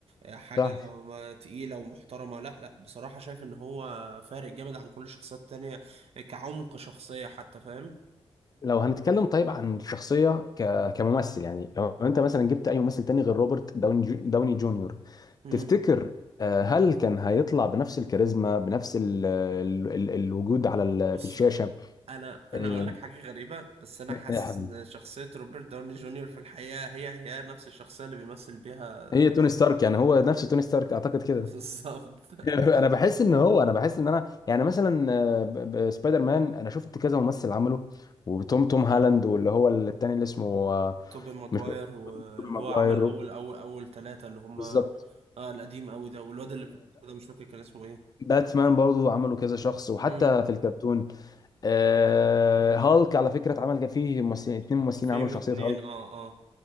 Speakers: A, on the right; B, on the left.
A: حاجة
B: صح
A: ما- تقيلة ومحترمة لا لا بصراحة شايف ان هو فارق جامد عن كل الشخصيات التانية كعمق شخصية حتى فاهم
B: لو هنتكلم طيب عن الشخصية ك... كممثل يعني لو انت مثلا جبت اي ممثل تاني غير روبرت داوني جو... داوني جونيور
A: مم.
B: تفتكر آه، هل كان هيطلع بنفس الكاريزما بنفس ال... ال... ال... الوجود على ال...
A: بص
B: في الشاشة
A: انا انا
B: آه،
A: اقول لك حاجة غريبة بس انا حاسس
B: نعم.
A: ان شخصية روبرت داوني جونيور في الحقيقة هي هي نفس الشخصية اللي بيمثل بيها
B: هي
A: توني
B: توني
A: ستارك
B: ستارك يعني هو نفس توني ستارك اعتقد كده
A: <laughs> بالظبط
B: <laughs> انا بحس ان هو انا بحس ان انا يعني مثلا آه، ب- ب- سبايدر مان انا شفت كذا ممثل عمله وتوم توم
A: مم.
B: هالاند واللي هو التاني اللي اسمه آه،
A: توبي ماجواير
B: مش
A: واللي
B: توبي ماجواير
A: هو عمل اول اول اول ثلاثة اللي هما
B: بالظبط
A: اه القديم قوي ده والواد اللي في النص ده مش فاكر كان اسمه ايه
B: باتمان برضو عملوا كذا شخص وحتى
A: مم.
B: في الكرتون آه هالك على فكرة اتعمل كان فيه ممثلين اتنين ممثلين
A: فيلم
B: عملوا شخصية
A: اتنين
B: هالك
A: اه اه